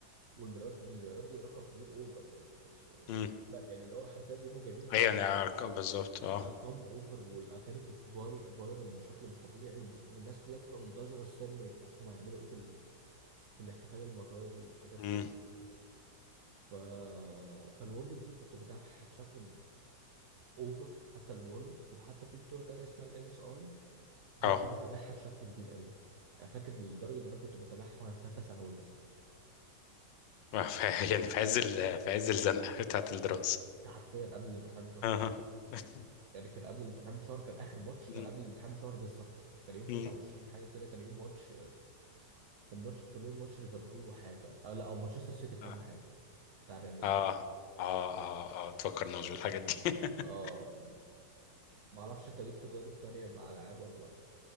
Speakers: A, on the right; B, on the left.
A: والمليارات المليارات دي رقم كبير اوفر يعني بس آه،
B: مم.
A: بل يعني اللي هو حرفيا بيبقوا جايبين تحته
B: ايوه انا عارف- بالظبط اه
A: ارقام اوفر والاغاني بتفاري فايرال بشكل مش طبيعي وب... والناس كلها بتبقى منتظره السيرموني بتاعهم هيعملوا ايه في ال... في الاحتفال المره دي وحاجات
B: مم.
A: كده ف فالورلد دي كنت بتابعها بشكل اوفر حتى الورلد وحتى في بطوله تانيه اسمها الام اس اي برضه
B: اه
A: بتابعها بشكل كبير قوي يعني فاكر لدرجه ان انا كنت بتابعها وانا في ثالثه ثانوي مثلا
B: <laughs> ف- يعني في عز ال... في عز الزنقه بتاعت الدراسه
A: ده حرفيا قبل الامتحانات بشهر
B: اه <laughs>
A: يعني كان قبل الامتحان بشهر كان اخر ماتش
B: مم.
A: كان قبل الامتحان بشهر بالظبط كان يوم 29
B: مم.
A: حاجه كده كان يوم ماتش كان ماتش كان يوم ماتش ليفربول وحاجه آه لا او مانشستر سيتي فاهم
B: اه
A: حاجه بتاع ريال مدريد
B: اه اه اه آه، تفكرناش بالحاجات دي <laughs>
A: اه ما اعرفش انت ليك تجارب تانية مع العاب ولا لا